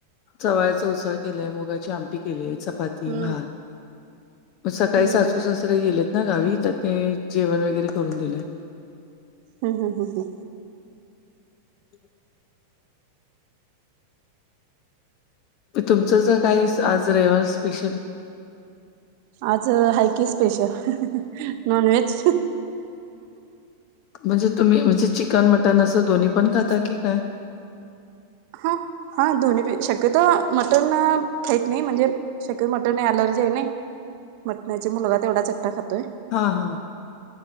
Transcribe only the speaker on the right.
हम्म
हम्म
हम्म
हम हम हम
आज हाय की स्पेशल नॉन व्हेज.
हा हा दोन्ही भी शक्यतो मटन खात नाही म्हणजे शक्यतो मटण अलर्जी आहे ना मटणाचा मुलगा तेवढाच एकटा खातोय.